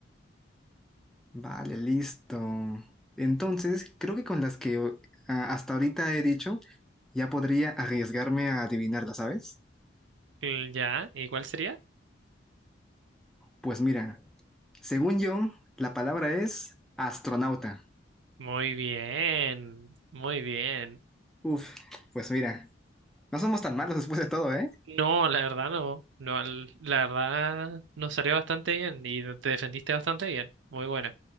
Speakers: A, in the centre; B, on the right.
A: vale, listo. Entonces, creo que con las que o- a- hasta ahorita he dicho, ya podría arriesgarme a adivinarla, ¿sabes?
B: Mm, Ya, ¿y cuál sería?
A: Pues mira, según yo, la palabra es astronauta.
B: Muy bien, muy bien.
A: Uf, pues mira, no somos tan malos después de todo, ¿eh?
B: No, la verdad no, no, l- la verdad nos salió bastante bien y te defendiste bastante bien. Muy buena.